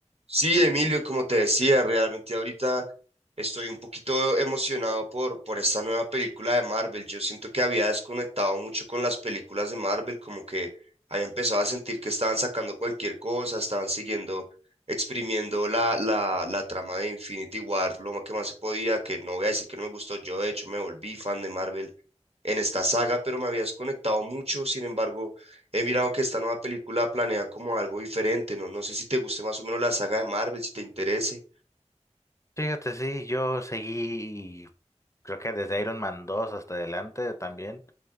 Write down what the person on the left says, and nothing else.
Fíjate, sí, yo seguí, creo que desde Iron Man dos hasta adelante también,